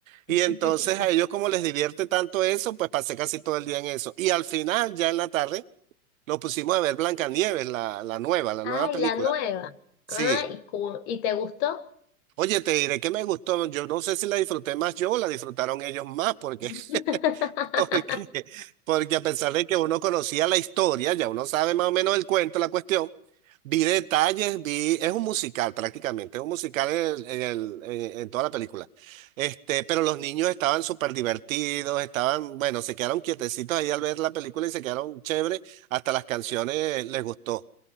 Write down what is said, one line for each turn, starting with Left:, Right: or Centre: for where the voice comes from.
Left: <laughs>
Right: Y entonces a ellos como les divierte tanto eso, pues pasé casi todo el día en eso. Y al final, ya en la tarde, nos pusimos a ver Blancanieves, la, la nueva, la
Left: Ay,
Right: nueva película.
Left: la nueva.
Right: Sí.
Left: Ah, ¿y, cu- y te gustó?
Right: Oye, te diré que me gustó, yo no sé si la disfruté más yo o la disfrutaron ellos más, porque
Left: <laughs>
Right: <laughs> Porque, porque a pesar de que uno conocía la historia, ya uno sabe más o menos el cuento, la cuestión, vi detalles, vi, es un musical prácticamente, es un musical en, el- en, el- en- en toda la película. Este, pero los niños estaban súper divertidos, estaban, bueno, se quedaron quietecitos ahí al ver la película y se quedaron chévere, hasta las canciones les gustó.